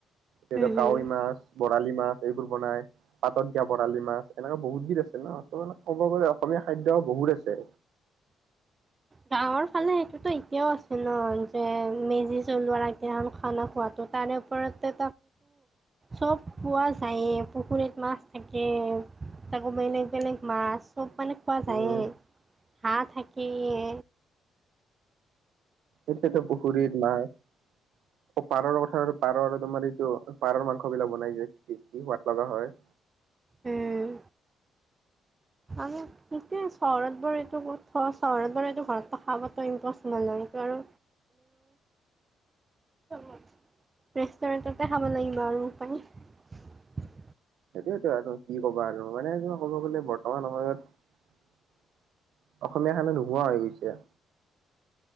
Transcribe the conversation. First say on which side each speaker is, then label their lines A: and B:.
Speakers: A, on the right (about 75°); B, on the right (about 25°).
A: স,
B: হুম হুম।
A: কাৱৈ মাছ, বৰালি। মাছ এইবোৰ বনাই, পাতত দিয়া বৰালি মাছ, এনেকুৱা বহুত বিধ আছে ন তেনেদৰে ক'ব গলে অসমীয়া খাদ্য বহুত আছে।
B: গাঁৱৰ ফালে সেইটোতো এতিয়াও আছে ন যে মেজি জলোৱাৰ আগদিনাখনি খানা খোৱাটো তাৰে ওপৰতো চব পোৱা যায়েই পুখুৰীত মাছ থাকে তাকৌ বেলেগ, বেলেগ মাছ চব মানে খোৱা যায়েই।
A: উম
B: হাঁহ, থাকেয়ে।
A: এতিয়াতো পুখুৰীত নাই, <unintelligible> পাৰৰ লগত পাৰৰ আৰু তোমাৰ এইটো পাৰৰ মাংসবিলাক বনাই যে কি সোৱাদ লগা হয়।
B: উম, আ, খিটোৱে চহৰত বা এইটো থোৱা চহৰত বা এইটো ঘৰত থকাটো ইম্পচিবল হয়, আৰু আমি ৰেষ্টুৰেণ্টতে খাব লাগিব আৰু উপাই
A: সেইটোয়েতো আৰু কি কবা আৰু মানে ক'ব গ'লে বৰ্তমান সময়ত অসমীয়া খানা নোহোৱা হৈ গৈছে।